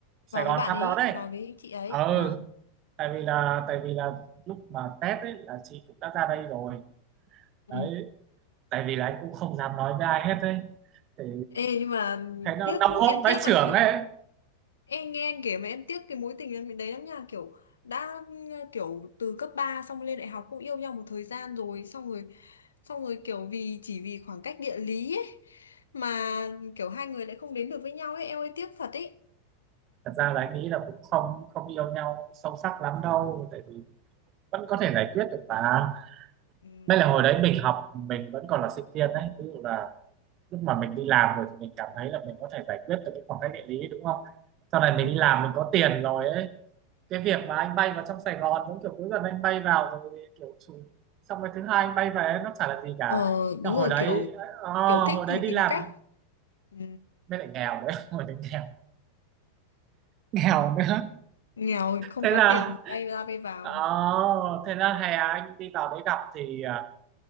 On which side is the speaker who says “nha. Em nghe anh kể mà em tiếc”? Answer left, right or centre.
Left